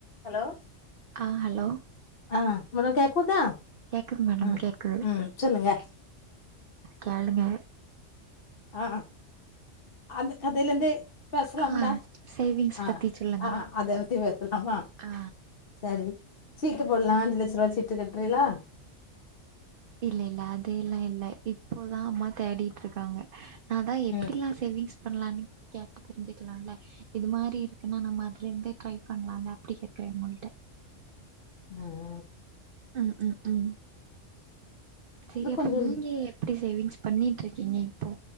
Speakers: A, on the left; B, on the right.
A: Hello
B: ஆ hello
A: ஆ மேடோ கேக்குதா
B: கேக்குது மேடமு
A: ம்
B: கேக்குது
A: ம் சொல்லுங்க
B: கேளுங்க
A: ஆ அந்த கதேலிந்து பேசலாம்ல
B: ஆ சேவிங்ஸ்
A: ஆ
B: பத்தி சொல்லுங்க
A: ஆ அத பத்தி பேசலாமா
B: ஆ
A: சரி சீட்டு போட்லா அஞ்சு லட்சரூபா சீட்டு கட்றீலா
B: இல்ல இல்ல அதெல்லா இல்ல இப்போதா அம்மா தேடிட்ருக்காங்க அதா எப்டில்லா
A: ம்
B: சேவிங்ஸ் பண்ணலான்னு கேட்டு தெரிஞ்சுக்கலால்ல இது மாரி இருக்குன்னா நம்ம அதுல இருந்தே ட்ரை பண்லால அப்டி கேக்குற உங்கள்ட்ட
A: ம் ம்
B: ம் ம் ம் செரி
A: இன்னு
B: அப்ப
A: கொஞ்சோ
B: நீங்க எப்படி சேவிங்ஸ் பண்ணீட்ருக்கீங்க இப்போ